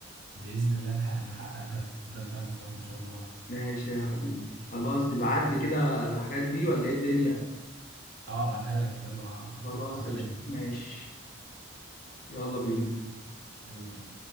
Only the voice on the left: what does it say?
ماشي يا حبيبي خلاص تبعت لي كده الحاجات دي ولا ايه الدنيا
خلاص
قشطة
ماشي يلا بينا